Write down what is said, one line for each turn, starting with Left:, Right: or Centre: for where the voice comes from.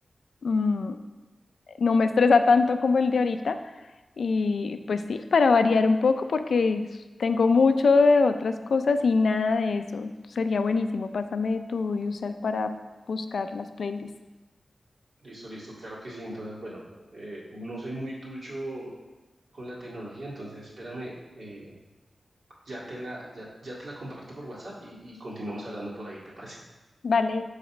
Left: Mm, no me estresa tanto como el de ahorita. Y pues sí, para variar un poco porque tengo mucho de otras cosas y nada de eso. Sería buenísimo. Pásame tu user para buscar las playlists.
Right: Listo, listo, claro que sí. Entonces, bueno, eh, no soy muy ducho con la tecnología, entonces espérame, eh, ya te la, ya, ya te la comparto por WhatsApp y, y continuamos hablando por ahí, ¿te parece?
Left: Vale.